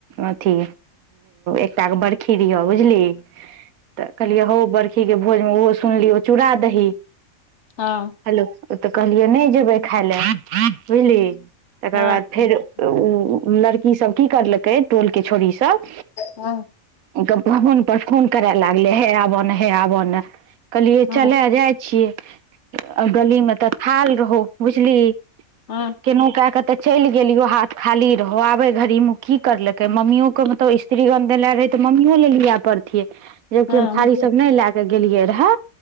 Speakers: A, on the right; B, on the left.
A: अथी एकटा के बर्खी रहिय बुझली त कहलियै हौ बर्खी के भोजमे ओहो सुनली ओ चूड़ा दही
B: हँ
A: हेलो ओ त कहलियै नहि जेबे खाय ले बुझलि तकर
B: हँ
A: बाद फेर
B: हँ
A: ओ लड़की सब की करलकै टोल के छोड़ी सब
B: हँ
A: फोन पर फोन करए लागले हे आबै न हे आबै ने कहलिए
B: हँ
A: चले जाय छियै आ गली में तऽ थाल रहौ बुझली
B: हँ
A: केनो क के ते चलि गेलियो हाथ खाली रहो आबे घड़ी मे की करलके मम्मीयो के मत स्त्रीगंन ले रहै तऽ मम्मीयो ले लियए पड़तियै जबकि
B: हँ
A: हम थारी सब नहि ले के गेलियै रहे